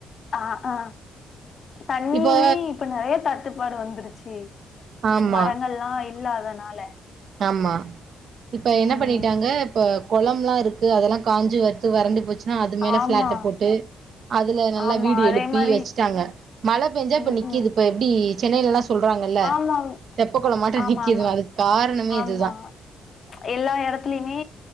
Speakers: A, on the left; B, on the right.
A: ஆ ஆ தண்ணியுமே
B: இப்ப
A: இப்ப நிறைய தட்டுப்பாடு வந்துருச்சு
B: ஆமா
A: மரங்கள் எல்லாம் இல்லாதனால
B: ஆமா இப்ப என்ன
A: ம்.
B: பண்ணிட்டாங்க இப்ப கொலம்லா இருக்கு அதெல்லாம் காஞ்சு வறுத்து வறண்டி போச்சு அது மேல
A: ஆமா,
B: பிளாட்ட போட்டு அதுல நல்லா
A: ஆமா.
B: வீடு
A: அதே
B: எழுப்பி
A: மாரி
B: வச்சுட்டாங்க மழை பேஞ்சா இப்ப
A: ம்ஹ்ம்.
B: நிக்குது இப்ப எப்படி சென்னையிலல்லாம் சொல்றாங்கல்ல
A: ஆமா.
B: தெப்ப குள மாட்ட
A: ஆமாமா.
B: நிக்கது அதுக்கு காரணமே
A: ஆமா.
B: இதுதான்
A: எல்லா இடத்துலயுமே